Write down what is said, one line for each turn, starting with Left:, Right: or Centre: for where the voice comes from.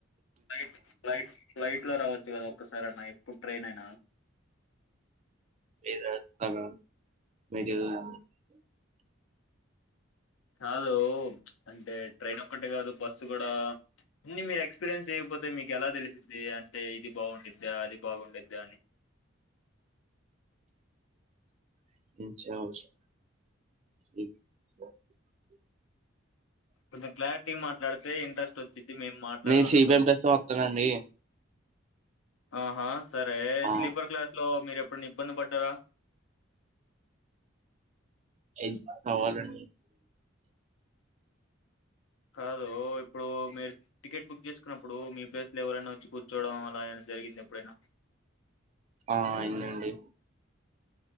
Left: ఫ్లైట్ ఫ్లైట్ ఫ్లైట్ లో రావచ్చు కదా ఒకసారన్న ఎప్పుడు ట్రైన్ ఏనా
Right: <unintelligible>
Left: కాదు అంటే ట్రైన్ ఒక్కటే కాదు బస్సు కూడా అన్నీ మీరు ఎక్స్పీరియన్స్ చేయకపోతే మీకు ఎలా తెలిసిద్ది అంటే ఇది బాగుండిద్దా అది బాగుండిద్దా అని
Right: <inaudible>
Left: కొంచెం క్లారిటీగా మాట్లాడితే ఇంట్రెస్ట్ వచ్చింది మేము మాట్లాడగలుగుతాం
Right: నేను సిబిఎంఎస్ వస్తానండి
Left: ఆహా సరే
Right: ఆ
Left: స్లీపర్ క్లాస్ లో మీరెప్పుడైనా ఇబ్బంది పడ్డారా
Right: ఏం కావాలండి
Left: కాదు ఇప్పుడు మీరు టికెట్ బుక్ చేసుకున్నప్పుడు మీ ప్లేస్ లో ఎవరైనా వచ్చి కూర్చోవడం అలా ఏమైనా జరిగిందాఎప్పుడైనా
Right: ఆహ్ అయిందండి